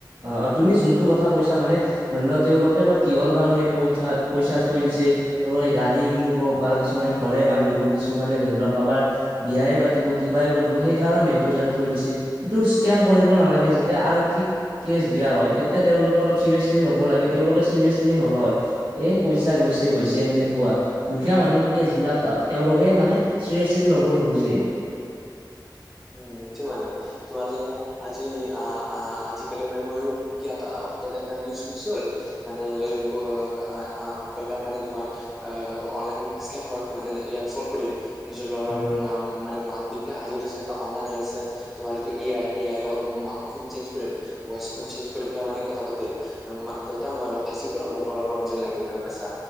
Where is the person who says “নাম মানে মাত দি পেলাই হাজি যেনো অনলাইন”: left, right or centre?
Centre